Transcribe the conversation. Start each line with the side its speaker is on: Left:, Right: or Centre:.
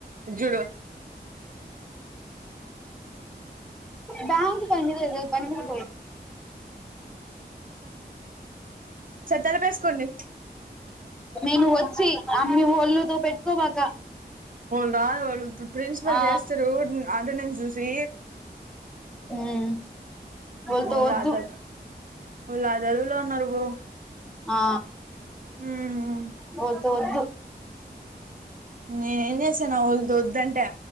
Right: ఇటుచుడు
Centre: బ్యాంక్ పని అదే అే పనీ మీద పాయ్
Right: చెత్తలు వేసుకోండి
Centre: మేను ఓ వచ్చి అమ్మి ఒళ్ళుతో పెట్టుకోబక
Right: <inaudible> ా ప్రిన్సిపల్
Centre: ఆ
Right: చేస్తారు అటెండెన్స్ చూసి
Centre: ఉమ్ వాళ్ళతో
Right: ఓలాదర
Centre: వద్దు
Right: ఓలాదర లా ఉన్నారు బో
Centre: ఆ
Right: ఉమ్
Centre: వద్దు వద్దు
Right: నాన్ ఏం చేసే దొదంటే